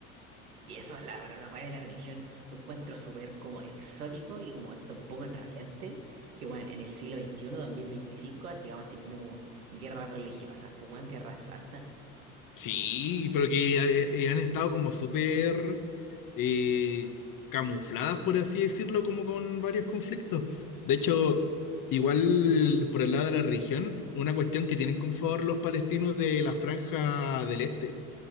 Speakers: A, on the right; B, on the left.
A: Y eso, la, la weá de la religión, yo encuentro súper como exótico y como hasta un poco enrabiante, que bueno, en el siglo XXI, 2025, así vamos teniendo como guerras religiosas, pues weón, guerras santas.
B: Sí, pero que eh, eh, han estado como súper eh, camufladas, por así decirlo, como con varios conflictos. De hecho, igual por el lado de la religión, una cuestión que tienen con favor los palestinos de la Franja del Este